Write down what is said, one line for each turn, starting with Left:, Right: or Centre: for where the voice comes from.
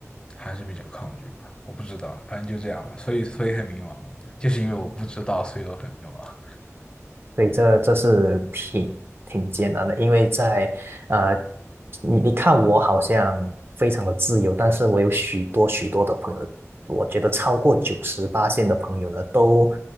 Left: 还是比较抗拒吧，我不知道，反正就这样吧，所以所以很迷茫，就是因为我不知道，所以我很迷茫。
Right: 对，这这是挺挺艰难的，因为在呃，你你看我好像非常的自由，但是我有许多许多的朋友，我觉得超过九十八线的朋友呢，都